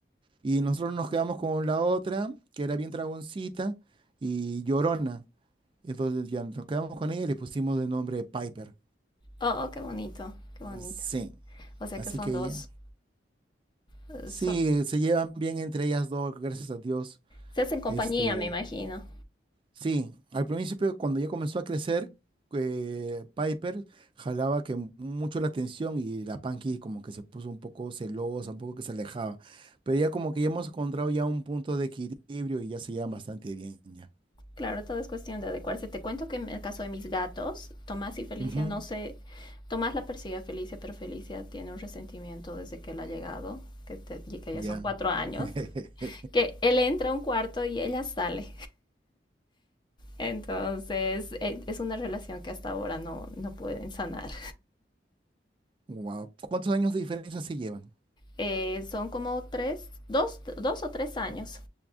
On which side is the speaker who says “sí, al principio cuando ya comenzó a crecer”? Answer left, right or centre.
Right